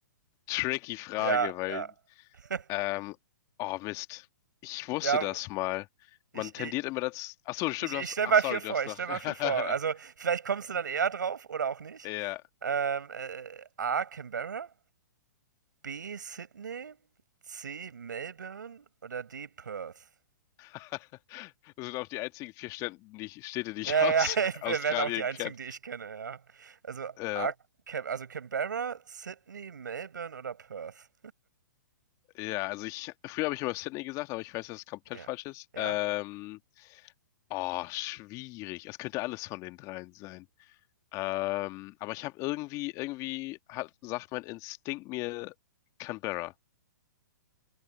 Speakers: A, on the left; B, on the right.
A: tricky Frage,
B: Ja,
A: weil,
B: ja. <laughs>
A: ähm, oh Mist, ich wusste
B: Ja,
A: das mal.
B: ich,
A: Man tendiert
B: ich,
A: immer dazu. Ach so, stimmt,
B: Ich, ich
A: du hast.
B: stelle
A: Ach,
B: mal
A: sorry,
B: vier vor,
A: du hast
B: ich
A: nach.
B: stell mal
A: <laughs>
B: vier vor. Also, vielleicht kommst du dann eher drauf oder auch nicht.
A: Ja,
B: Ähm, äh, A. Canberra, B. Sydney, C. Melbourne oder D. Perth.
A: <laughs> das sind auch die einzigen vier Städte, die ich, Städte, die ich
B: Ja,
A: aus
B: ja, <laughs>
A: <laughs> Australien
B: wir wären auch die einzigen,
A: kenne.
B: die ich kenne, ja. Also,
A: Äh,
B: A, Cam also Canberra, Sydney, Melbourne oder Perth.
A: ja, also ich, früher habe ich immer Sydney gesagt, aber ich weiß, dass es komplett
B: Ja,
A: falsch ist.
B: ja,
A: Ähm, oh, schwierig. Es könnte alles von den dreien sein. Ähm, aber ich habe irgendwie, irgendwie hat, sagt mein Instinkt mir Canberra.